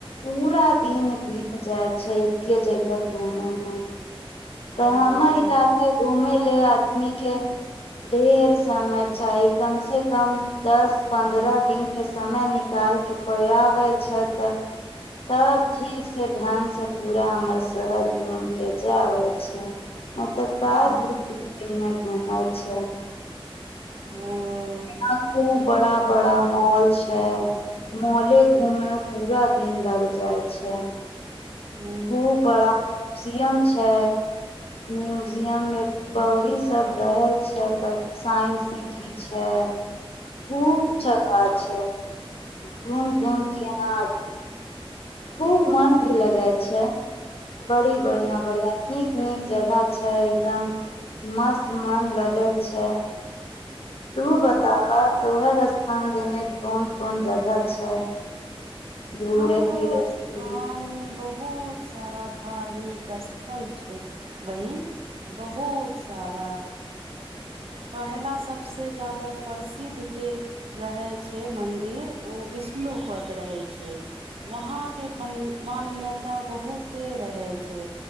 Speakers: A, on the left (about 75°); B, on the right (about 75°).
A: पूरा दिन बित जाइ छै एके जगह घूमेमे तऽ
B: ओ
A: हमर इलाका घूमे ले आदमी के ढेर समय चाही कम से कम दस पन्द्रह दिन के समय निकाल के कोइ आबे छै तब ठीक से ढंग से पूरा हमर शहर घूम के जे आबे छै औतय त
B: ओ
A: दूध पी के घुमैत बना छै
B: ओ
A: यहाँ खूब बड़ा बड़ा मॉल छै मौले घूमने मे पूरा दिन लग जाइ छै
B: हू
A: खूब बड़ा म्यूजियम छै म्यूजियम मे बी सब रहल छै पर साइंस सिटी अच्छा खूब जगह अच्छा घूम घूम केह खूब मन भी लगै छै बड़ी बढ़िया बढ़िया नीक जगह छै एकदम मस्त मन लगै छै तू बताब तोहर स्थान देने कोन कोन जगह छै घूरे
B: हमरो
A: फिरे
B: स्थान
A: के?
B: मे बहुत बहुत सारा धार्मिक स्थल छै बहिन बहुत सारा पहिला सभसँ जादा प्रसिद्ध जे रहै छै मन्दिर ओ विष्णुपद रहै छै वहाँ केन मान्यता मान्यता बहुते रहै छै